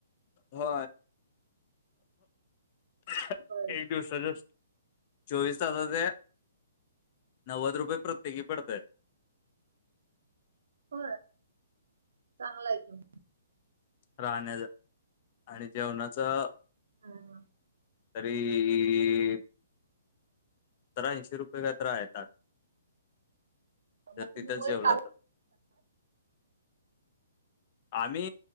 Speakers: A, on the left (about 40°); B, on the right (about 70°).
A: ह <unintelligible>
B: बर
A: दिवसाच्या चोवीस तासाचे नव्वद रुपये प्रत्यकी पडतय.
B: हो चांगल आहे ते
A: राहण्याचा आणि जेवणाचअ.
B: हा हा
A: तरी तर ऐंशी रुपये का तर आहे ताट जर
B: मग तुम्ही
A: तिथच
B: वर
A: जेवला
B: चालत
A: तर. आम्ही